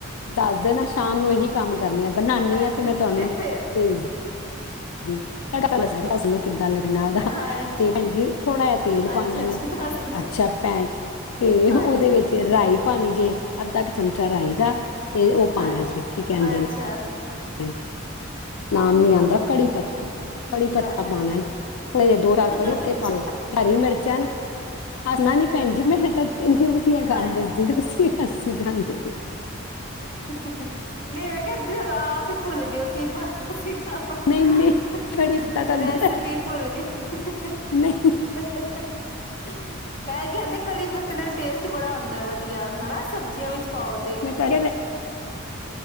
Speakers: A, on the left; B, on the left.
A: ਦੱਸ ਦੇਣਾ, ਸ਼ਾਮ ਨੂੰ ਇਹੀ ਕੰਮ ਕਰਨੀ ਆ ਬਣਾਨੀ ਆ
B: ਅੱਛਾ
A: ਤੇ ਮੈਂ ਦਸ ਦੇਣਾ ਸ਼ਾਮ ਨੂੰ ਇਹ ਹੀ ਕੰਮ
B: ਫੇਰ
A: ਕਰਨੇ ਹਾ ਬਨਾਉਣੀ ਆ ਤੇ ਤੁਹਾਨੂੰ ਭੇਜ ਦੀ <unintelligible> <unintelligible> ਕਿੱਦਾਂ ਲੱਗਣਾ ਉਹਦਾ
B: ਹਾਂਜੀ
A: ਤੇ ਭੈਣਜੀ ਥੋੜਾ
B: ਅੱਛਾ
A: ਜਾ ਤੇਲ ਪਾਣਾ
B: ਅੱਛਾ
A: ਵੇ।
B: ਦੱਸ ਦੋ
A: ਅੱਛਾ, ਭੈਣ ਤੇ
B: ਹਾਂਜੀ
A: ਉਹਦੇ ਵਿੱਚ ਰਾਈ <unintelligible> ਅੱਧਾ ਕੁ, ਚਮਚਾ ਰੱਖ ਦਾ ਤੇ ਉਹ ਪਾਉਣਾ
B: ਹਾਂ
A: ਜੇ। ਕੀ ਕਹਿੰਦੇ
B: ਅੱਛਾ
A: ਨੇ? <unintelligible> ਨਾਮ ਨੀ ਆਉਂਦਾ, ਕੜੀ ਪਤ ਤਾ, ਕੜੀ
B: ਕੀ
A: ਪੱਤਾ
B: ਪਾਣਾ
A: ਪਾਉਣਾ। ਥੋੜੇ ਜਿਹੇ ਦੋ ਚਾਰ
B: ਅੱਛਾ
A: ਕੜੀ ਪਾਓ, ਹਰੀ ਮਿਰਚਾਂ ਹੈ। ਭੈਣ ਜੀ, ਮੈਂ ਤਾਂ ਇੰਨੀ ਵਧੀਆ ਗੱਲ
B: ਹਾਂਜੀ
A: ਦੱਸਦੀ ਤੁਸੀਂ ਅਸੀਂ ਜਾਂਦੇ ਪਏ
B: ਆਹਾਹਾ, ਨਹੀਂ ਮੈਂ ਕਿਹਾ, ਤੁਸੀਂ ਆਪ ਹੀ ਭੁੱਲ ਗਏ ਕੀ ਪਾਣਾ ਸੀ। ਹਾਹਾਹ,
A: ਨਹੀਂ ਨਹੀਂ ਕੜੀ ਪੱਤਾ ਤੁਹਾਨੂੰ
B: ਰੈਸਪੀ
A: ਪਤਾ
B: ਭੁੱਲ ਗਏ। ਹੂਹੂਹੂ,
A: ਨਹੀਂ
B: ਹਾਹਾ ਹੂੰ, ਕਹਿ-ਕਹਿੰਦੇ ਕੜੀ ਪੱਤੇ ਨਾਲ ਟੇਸਟ ਬੜਾ ਆਉਂਦਾ, ਵਧੀਆ। ਹਨਾ, ਸਬਜ਼ੀਆਂ ਵਿੱਚ ਪਾਓ ਤੇ
A: ਮੈਂ ਤਾਂ